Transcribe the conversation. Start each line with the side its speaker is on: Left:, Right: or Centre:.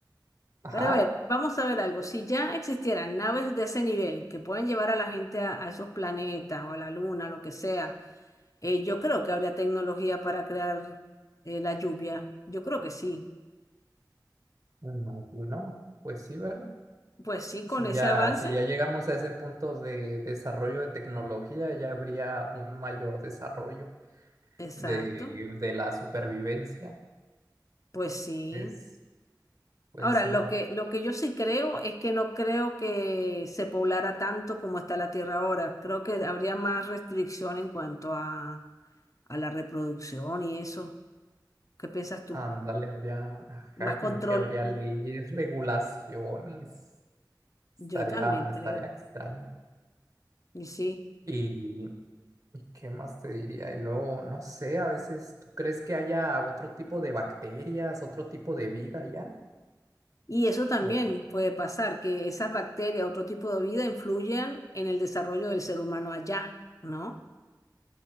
Right: ajá,
Left: pero a ver, vamos a ver algo. Si ya existieran naves de ese nivel que pueden llevar a la gente a, a esos planetas o a la luna, lo que sea, eh, yo creo que habría tecnología para crear eh, la lluvia. Yo creo que sí.
Right: me imagino, pues sí, ¿verdad?
Left: Pues sí,
Right: Si
Left: con ese
Right: ya,
Left: avance.
Right: si ya llegamos a ese punto de desarrollo de tecnología, ya habría un mayor desarrollo
Left: Exacto.
Right: de, de la supervivencia.
Left: Pues sí.
Right: Es, pues
Left: Ahora,
Right: no
Left: lo que, lo que yo sí creo es que no creo que se poblara tanto como está la Tierra ahora. Creo que habría más restricción en cuanto a, a la reproducción y eso. ¿Qué piensas tú?
Right: Ándale, habría, ajá,
Left: Más
Right: como
Left: control.
Right: que habría leyes, regulaciones. Estaría,
Left: Yo también
Right: estaría
Left: creo.
Right: extraño.
Left: Y sí.
Right: Y, ¿y qué más te diría? Y luego, no sé, a veces, ¿tú crees que haya otro tipo de bacterias, otro tipo de vida ya?
Left: Y eso también
Right: O
Left: puede pasar, que esas bacterias, otro tipo de vida, influyan en el desarrollo del ser humano allá, ¿no?